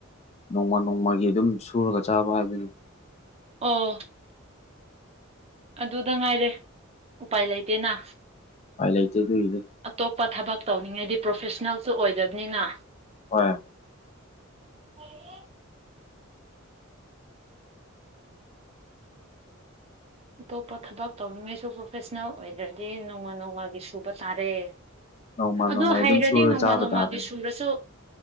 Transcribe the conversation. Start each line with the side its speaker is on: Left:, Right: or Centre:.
Left: ꯅꯣꯡꯃ ꯅꯣꯡꯃꯒꯤ ꯑꯗꯨꯝ ꯁꯨꯔꯒ ꯆꯥꯕ ꯍꯥꯏꯕꯅꯤ
Right: ꯑꯣ ꯑꯗꯨꯗ ꯉꯥꯏꯔꯦ ꯎꯄꯥꯏ ꯂꯩꯇꯦꯅ
Left: ꯥꯎꯀꯥꯐ ꯂꯩꯇꯦ ꯑꯗꯨꯒꯤꯅꯦ
Right: ꯑꯇꯣꯞꯄ ꯊꯕꯛ ꯇꯧꯅꯤꯡꯉꯩꯗꯤ ꯄ꯭ꯔꯣꯐꯦꯁꯅꯦꯜꯁꯨ ꯑꯣꯏꯗꯕꯅꯤꯅ
Left: ꯍꯣꯏ
Right: <unintelligible> ꯑꯇꯣꯞꯄ ꯊꯕꯛ ꯇꯧꯅꯤꯡꯉꯩꯁꯨ ꯄ꯭ꯔꯣꯐꯦꯁꯅꯦꯜ ꯑꯣꯏꯗ꯭ꯔꯗꯤ ꯅꯣꯡꯃ ꯅꯣꯡꯃꯥꯒꯤ ꯁꯨꯕ ꯇꯔꯦ
Left: ꯅꯣꯡꯃ
Right: ꯑꯗꯣ
Left: ꯅꯣꯡꯃꯒꯤ
Right: ꯍꯩꯔꯗꯤ
Left: ꯑꯗꯨꯝ ꯁꯨꯔ
Right: ꯅꯣꯡꯃꯥ
Left: ꯆꯥꯕ
Right: ꯅꯣꯡꯃꯥꯜꯒꯤ
Left: ꯇꯥꯔꯦꯅꯦ
Right: ꯁꯨꯔꯁꯨ